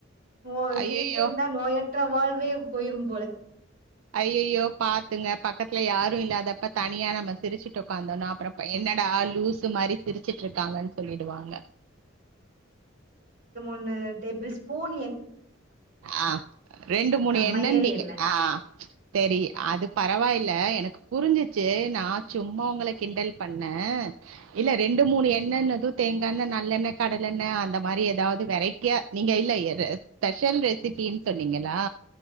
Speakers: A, on the right; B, on the right.
A: போ
B: ஐயையோ
A: சிரிப்பிருந்தா நோயற்ற வாழ் <unintelligible> போயிரு போல
B: அய்யய்யோ பாத்துங்க பக்கத்துல யாரு இல்லாதப்ப தனியா நாம சிரிச்சி ட்டு உக்காந்தோன்னா அப்பறோ என்னடா லூசு மாரி சிரிச்சிட்டு இருக்காங்கன்னு சொல்லிடுவாங்க
A: ன்னு டேபிள்ஸ்பூன்
B: ஆ ரெண்டு மூணு
A: சமையல்
B: எண்ணன்நீங்க
A: எண்ணெ
B: ஆ தெரி அதுக் பரவாயில்ல எனக்கு புரிஞ்சிச்சி நா சும்மா உங்கள கிண்டல் பண்ண இல்ல ரெண்டு மூணு எண் எண்ணன்னது தேங்காண்ண நல்லெண்ண கடலெண்ண அந்த மாரி ஏதாவது வெரைட்டியா நீங்க இல்ல எத ஸ்பெஷல் ரெசிபினு சொன்னீங்களா